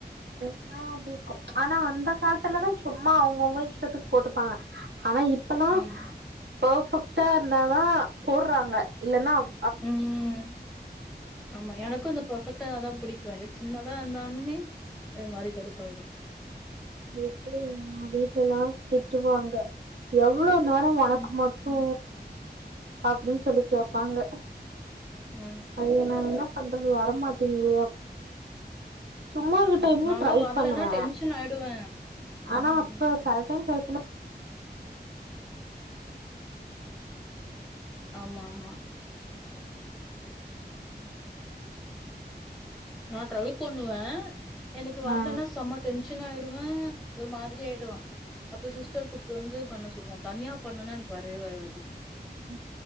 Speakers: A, on the right; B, in the centre.
A: என்னா அப்டி அனா அந்த கால் திர்லனா சும்மா அவுங்கவுங்க இஷ்டத்துக் போட்டுப்பாங்க அனா இப்பலா
B: ஆமா.
A: போஃபக் டா இர்ந்தாதா போற்றாங்க இல்லன்னா அவ்
B: ம் ஆமா எனக்கு இந்த பஃபெக் டத தா புடிக்கு இது சின்னதா இந்தானுமே இத மாரி கடுப்பாயிடு
A: இதுக்கே <inaudible> வீட்லல்லா திட்டுவாங்க எவ் வ்ளோ நேர ஒனக்கு
B: ம்.
A: மட்டு அப்டின் சொல்லி கேப்பாங்க
B: ஆ.
A: அதுகு நா என்ன பண்றது வரமாட்டேங்குதே அப் சும்மா இருக்க
B: ஆமா.
A: டைம்ல
B: நான்லாம்
A: ட்ரை
B: வரலன்னா
A: பண்ணுவ
B: டென்ஷன் ஆயிடுவேன்.
A: ஆனா
B: ம்.
A: அப்ப செல் டைம் ட்ரைப் புன்னோ
B: ஆமாம்மா நா ட்ரை பண்ணுவே எனக்கு வரலன்னா
A: ஆ
B: செம டென் ஷன் ஆயிருவே ஒரு மாதிரி ஆயிடுவே அப்ப சிஸ்டர் கூப்டு வந்து பண்ண சொல்லுவே தனியா பண்ணனா எனக்கு வரவே வராது
A: ம் ம்